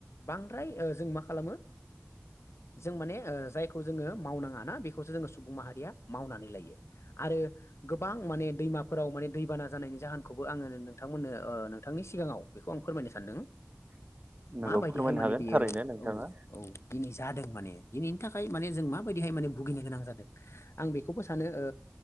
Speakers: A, on the left; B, on the right.
A: बांद्राय जों मा खालामो जों माने ओ जायखौ जोङो मावनाङा ना बेखौसो जोङो सुबुं माहारिया मावनानै लायो आरो गोबां माने दैमाफोराव माने दैबाना जानायनि जाहोनखौबो आङो नोंथांमोननो नोंथांनि सिगाङाव बेखौ आं फोरमायनो सानदों
B: <inaudible>
A: माबायदिहाय
B: फोरमायनो
A: माने
B: हागोन
A: बेयो
B: थारैनो नोंथाङा
A: औ औ दिनि जादों माने बेनि थाखाय माने जों माबायदिहाय माने भुगिनो गोनां जादों आं बेखौबो सानो ओ